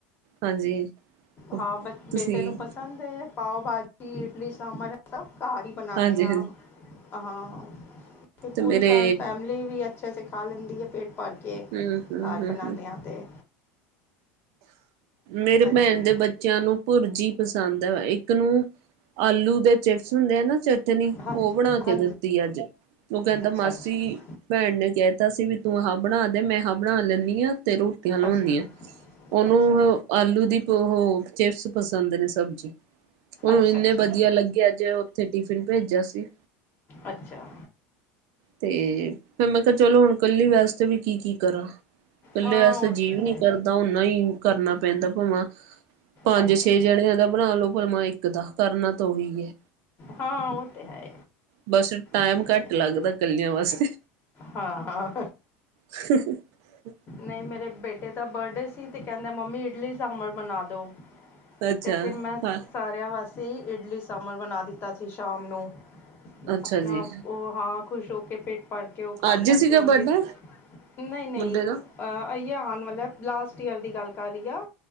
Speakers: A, on the right (about 65°); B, on the left (about 35°).
A: ਹਾਂਜੀ।
B: ਹਾਂ ਬ
A: ਤੁਸੀਂ
B: ਬੇਟੇ ਨੂੰ ਪਸੰਦ ਹੈ ਪਾਓ ਭਾਜੀ ਇਡਲੀ ਸਾਮਾਨ ਸਭ ਕਾਰੀ ਬਣਾਉਂਦੇ
A: ਹਾਂਜੀ
B: ਹਾਂ,
A: ਹਾਂਜੀ
B: ਹਾਂ ਅਤੇ
A: ਤੇ
B: ਪੂਰੀ
A: ਮੇਰੇ
B: ਫੈਮਿਲੀ ਵੀ ਆ! ਅੱਛੇ ਸੇ, ਖਾ ਲੈਂਦੀ ਹੈ ਪੇਟ ਭਾਰ ਕੇ,
A: ਹਮ ਹਮ
B: ਘਰ
A: ਹਮ
B: ਬਣਾਏ
A: ਹਮ
B: ਆਤੇ
A: ਮੇਰੇ
B: ਹਾਂਜੀ
A: ਭੈਣ ਦੇ ਬੱਚਿਆਂ ਨੂੰ ਭੁਰਜੀ ਪਸੰਦ ਹੈ ਇੱਕ ਨੂੰ ਆਲੂ ਦੇ ਚਿਪਸ ਹੁੰਦੇ ਆ ਨਾ ਤੇ ਨੀ
B: ਹਾਂਜੀ
A: ਉਹ ਬਣਾ ਕੇ
B: ਹਾਂਜੀ
A: ਦਿੱਤੀ ਅੱਜ ਔਹ ਕਹਿੰਦਾ
B: ਅੱਛਾ
A: ਮਾਸੀ
B: ਅੱਛਾ
A: ਭੈਣ ਨੇ ਕਹਿ ਤਾ ਸੀ ਵੀ ਤੂੰ ਆਹ ਬਣਾ ਦੇ ਮੈਂ ਹਾਂ ਬਣਾ ਲੈਂਦੀ ਹਾਂ ਤੇ ਰੋਟੀਆਂ ਲਾਉਂਦੀ
B: ਅੱਛਾ
A: ਆ। ਔਨੂੰ
B: ਅੱਛਾ
A: ਆਲੂ ਦੀ ਔਹ ਚਿਪਸ ਪਸੰਦ ਨੇ ਸਬਜ਼ੀ ਔਨੂੰ
B: ਅੱਛਾ
A: ਇੰਨੇ
B: ਅੱਛਾ
A: ਵਧੀਆ ਲੱਗੇ ਜੇ ਉੱਥੇ ਟਿਫਿਨ ਭੇਜਿਆ ਸੀ।
B: ਅੱਛਾ।
A: ਤੇ ਫਿਰ ਮੈਂ ਕਿਹਾ ਚਲੋ ਹੁਣ ਕੱਲੀ ਵਾਸਤੇ ਵੀ ਕੀ ਕੀ ਕਰਾਂ। ਕੱਲੇ
B: ਹਾਂ
A: ਅਸ
B: ਉਹ
A: ਅਜੀਬ
B: ਤਾਂ ਹੈ
A: ਨਹੀਂ ਕਰਦੇ। ਇਨਾ ਹੀ ਕਰਨਾ ਪੈਂਦਾ ਭਾਵਾਂ ਪੰਜ
B: ਹਾਂਜੀ
A: ਛੇ ਜਣਿਆਂ ਦਾ ਬਣਾ ਲੋ, ਭਵਾ ਇੱਕ ਦਾ ਕਰਨਾ ਤਾਂ ਓਹੀ ਐ।
B: ਹਾਂ ਔਹ ਤੇ ਹੈ।
A: ਬਸ ਟੈਮ
B: ਸਹੀ
A: ਘੱਟ ਲੱਗਦਾ
B: ਗੱਲ
A: ਕੱਲਿਆਂ ਵਾਸਤੇ
B: ਹਾਂ ਹਾਂ
A: ਹਹ ਹ -
B: ਨਹੀਂ ਮੇਰੇ ਬੇਟੇ ਦਾ ਬਰਡੇ ਸੀ ਤੇ ਕੈੰਦਾ ਮੰਮੀ ਇਡਲੀ ਸਾਂਬਰ ਬਣਾ ਦੋ।
A: ਅੱਛਾ
B: ਤੇ ਫਿਰ ਮੈਂ
A: ਹਾਂ
B: ਸਾਰਿਆਂ ਵਾਸਤੇ ਇਡਲੀ ਸਾਮਰ ਬਣਾ ਦਿੱਤਾ ਸੀ ਸ਼ਾਮ ਨੂੰ
A: ਅੱਛਾ
B: ਆਪਣਾ
A: ਜੀ
B: ਓ ਹਾਂ ਖੁਸ਼ ਹੋ ਕੇ ਪੇਟ ਪੜ ਕੇ ਔਹ ਖਾਂਦਾ
A: ਅੱਜ
B: ਹੈ,
A: ਸੀਗਾ
B: ਫਿਰ ਉਹਦੀ
A: ਬਰਡੇ
B: ਨਹੀਂ ਨਹੀਂ।
A: ਮੁੰਡੇ ਦਾ
B: ਆਈਏ ਆਂਣ ਵਾਲਾ ਲਾਸਟ ਈਅਰ ਦੀ ਗੱਲ ਕਰ ਰਹੀ ਆ,